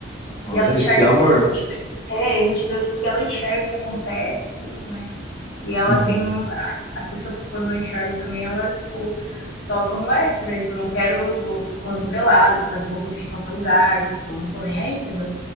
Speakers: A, on the left; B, on the left.
A: Olha
B: E ela enxerga
A: isso que é amor.
B: tudo. A gente, é, a gente vê o que, que ela enxerga, o que acontece, tudo, né? E ela
A: Uhum.
B: tem. um- As pessoas que quando não enxergam também, elas, tipo, tocam o F, né? Tipo, não quero, vou, ando peladas, fazem cocô em qualquer lugar, tipo, não tô nem aí, entendeu?